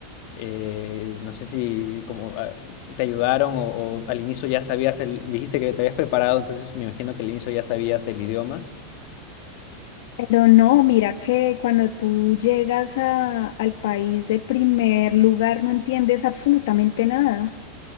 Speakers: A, on the left; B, on the left.
A: Eh, no sé si como ah, te ayudaron o, o al inicio ya sabías el, dijiste que te habías preparado, entonces me imagino que al inicio ya sabías el idioma.
B: Pero no, mira que cuando tú llegas a- al país de primer lugar no entiendes absolutamente nada.